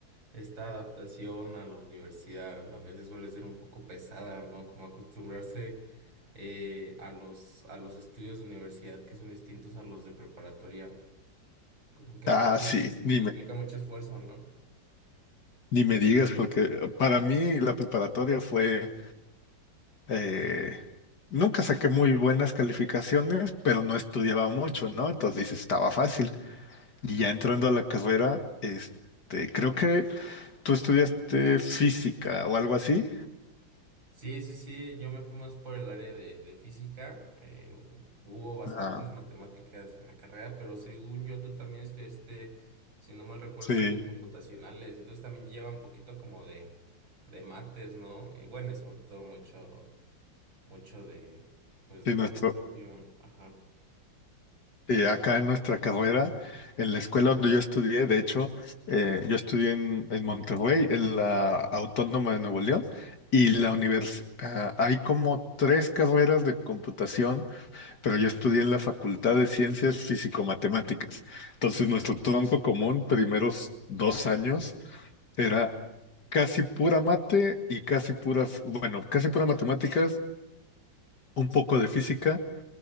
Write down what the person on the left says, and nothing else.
Ah,
sí, ni
me,
ni me digas, porque para mí la preparatoria fue... eh, nunca saqué muy buenas calificaciones, pero no estudiaba mucho, ¿no? Entonces dices, estaba fácil. Y ya entrando a la carrera, este, creo que tú estudiaste física o algo así.
Ah,
sí.
Sí,
nuestro,
Y acá en nuestra carrera, en la escuela donde yo estudié, de hecho, eh, yo estudié en, en Monterrey, en la Autónoma de Nuevo León, y la universidad, hay como tres carreras de computación, pero yo estudié en la Facultad de Ciencias Físico-Matemáticas. Entonces, nuestro tronco común, primeros dos años, era casi pura mate y casi puras, bueno, casi pura matemáticas, un poco de física